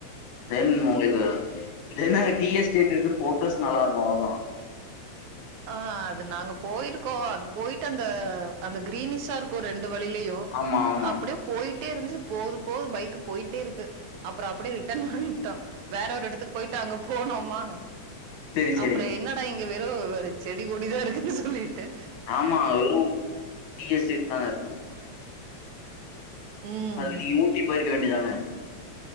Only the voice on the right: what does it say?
ஆ அது நாங்க போயிருக்கோ அது போயிட்டு அந்த அந்த கிரீனிஸா இருக்கோ ரெண்டு வழிலயூ
அப்டியேப் போயிட்டே இருந்துச்சு போது போது பைக்கு போயிட்டே இருக்கு அப்றோ அப்டியே ரிட்டர்ன் வன்ட்டோ வேற ஒரு இடத்துக்கு போய்ட்டு அங்க போனோமா
அப்றோ என்னடா இங்க வெறூ செடி கொடிதா இருக்குது சொல்லிட்டோ
ம்.